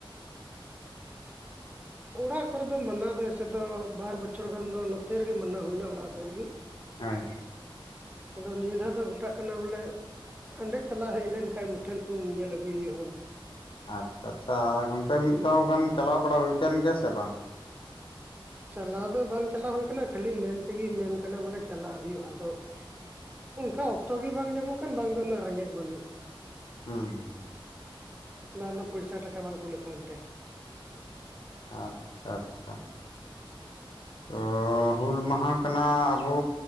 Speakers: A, on the right (about 20°); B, on the left (about 65°).
A: <unintelligible> ᱚᱲᱟᱜ ᱠᱚᱨᱮ ᱫᱚ ᱢᱟᱱᱟ ᱫᱚ ᱮᱥᱮ ᱫᱚ ᱵᱟᱨ ᱵᱚᱪᱷᱚᱨ ᱜᱟᱱ ᱫᱚ ᱱᱚᱛᱮ ᱨᱮᱜᱮ ᱢᱟᱱᱟᱣ ᱦᱩᱭᱱᱟ ᱚᱲᱟᱜ ᱥᱮᱫ ᱨᱮᱜᱮ᱾
B: ᱦᱳᱭ
A: ᱟᱫᱚ ᱱᱤᱭᱟᱹ ᱫᱷᱟᱣ ᱫᱚ ᱜᱚᱴᱟᱜ ᱠᱟᱱᱟ ᱵᱚᱞᱮ ᱦᱟᱸᱰᱮ ᱪᱟᱞᱟᱣ ᱦᱮᱡ ᱞᱮᱱ ᱠᱷᱟᱱ ᱢᱩᱴᱷᱟᱹᱱ ᱠᱚ ᱧᱮᱞ ᱟᱹᱜᱩᱭ ᱦᱩᱭᱩᱜᱼᱟ᱾
B: ᱟᱪᱪᱷᱟ ᱟᱪᱪᱷᱟ ᱜᱚᱝᱠᱮ ᱢᱤᱫ ᱫᱷᱟᱣ ᱜᱟᱱ ᱪᱟᱞᱟᱣ ᱵᱟᱲᱟ ᱦᱩᱭ ᱟᱠᱟᱱ ᱜᱮᱭᱟ ᱥᱮ ᱵᱟᱝ?
A: ᱪᱟᱞᱟᱣ ᱫᱚ ᱵᱟᱝ ᱪᱟᱞᱟᱣ ᱦᱩᱭ ᱠᱟᱱᱟ ᱠᱷᱟᱹᱞᱤ ᱢᱮᱱᱛᱮᱜᱮ ᱢᱮᱱ ᱠᱟᱱᱟ ᱵᱚᱞᱮ ᱪᱟᱞᱟᱜ ᱦᱩᱭᱩᱜ-ᱟ ᱟᱫᱚ᱾ ᱚᱱᱠᱟ ᱚᱠᱛᱚ ᱜᱮ ᱵᱟᱝ ᱧᱟᱢᱚᱜ ᱠᱟᱱ ᱵᱟᱝ ᱫᱚ ᱩᱱᱟᱹᱜ ᱨᱮᱸᱜᱮᱡ ᱵᱟᱹᱱᱩᱜ
B: ᱦᱮᱸ ᱦᱩᱸ
A: ᱵᱟᱝ ᱫᱚ ᱯᱚᱭᱥᱟ ᱴᱟᱠᱟ ᱵᱟᱝ ᱠᱩᱞᱟᱹᱜ ᱠᱟᱱᱛᱮ
B: ᱟᱪᱪᱷᱟ ᱟᱪᱪᱷᱟ ᱚ ᱦᱩᱞ ᱢᱟᱦᱟ ᱠᱟᱱᱟ ᱟᱵᱚ